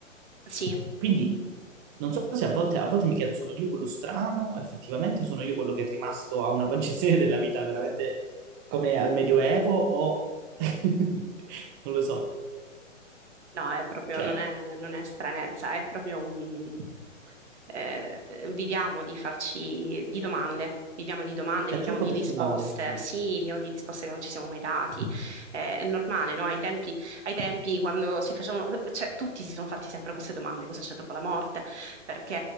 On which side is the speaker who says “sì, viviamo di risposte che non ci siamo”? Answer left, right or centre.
Right